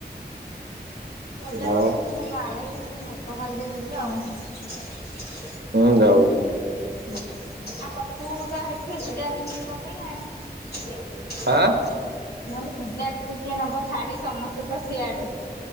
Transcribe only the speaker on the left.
ଭଜା
ବସେଇବି ତମେ ଆଡ଼େଇବ ମୁଁ ଭାତ ଗାଳି ଦେବୀ ଦିଟା ଆଉ।
ଆଉ କଥା ହବୁ ତ ହେଟି ଏକୁଟିଆ କେମିତି ପକେଇଲାଣି। ନହେଲେ
ପୂଜାକୁ କିଏ ନବ ଛାଡି଼ ସମସ୍ତେତ ସିଆଡ଼େ।